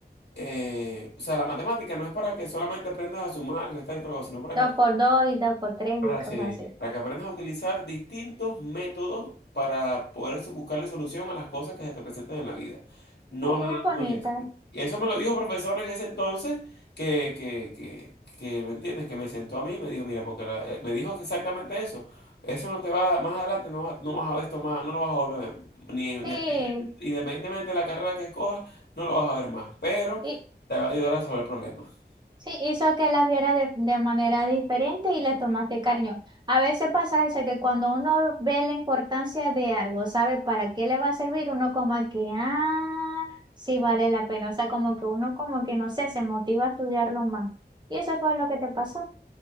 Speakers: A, on the left; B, on the right.
A: Eh, o sea, la matemática no es para que solamente aprendas a sumar, restar y todo, sino para
B: Dos
A: que
B: por dos y dos por tres
A: para,
B: y cosas
A: sí,
B: así.
A: para que aprendas a utilizar distintos métodos para poder so- buscarle solución a las cosas que se te presentan en la vida. No,
B: Sí,
A: no, no
B: es bonita.
A: es eso. Y eso me lo dijo un profesor en ese entonces que, que, que, que, ¿me entiendes? Que me sentó a mí y me dijo, mira, porque la- eh, me dijo que exactamente eso. Eso no te va, más adelante no, va- no vas a ver esto más, no lo vas a volver, a ver, ni independiente-
B: Sí,
A: independientemente de la carrera que cojas, no lo vas a ver más, pero
B: y,
A: te va a ayudar a resolver problemas.
B: sí, hizo que las viera de, de manera diferente y les tomaste cariño. A veces pasa eso, que cuando uno ve la importancia de algo, sabe para qué le va a servir, uno como que, ah, sí vale la pena. O sea, como que uno como que, no sé, se motiva a estudiarlo más. Y eso fue lo que te pasó.